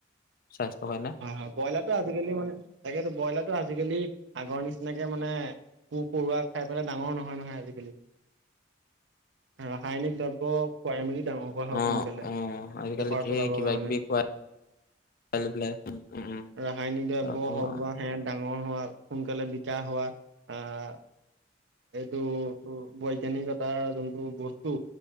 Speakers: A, on the left; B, on the right.
A: স্বাস্থ্যৰ কাৰণে
B: হয়, হয়, ব্ৰইলাৰটো আজিকালি মানে তাকেতো ব্ৰইলাৰটো আজিকালি। আগৰ নিচিনাকে মানে পো-পৰুৱা খাই পেলাই ডাঙৰ নহয় নহয় আজিকালি। ৰাসায়নিক দ্ৰব্য খুৱাই মেলি ডাঙৰ কৰা হয়
A: অ
B: সোনকালে,
A: অ আজিকালি
B: বেপাৰ
A: ঢেৰ
B: চলাবৰ
A: কিবা
B: কাৰণে।
A: কিবি খুৱাই লৈ পেলাই উম উম
B: ৰাসায়নিক দ্ৰব্য
A: তাৰপৰা
B: হওক বা সে ডঙ ডাঙৰ হোৱা সোনকালে বিকা হোৱা আহ এইটো বৈজ্ঞানিকতাৰ যোনটো বস্তু,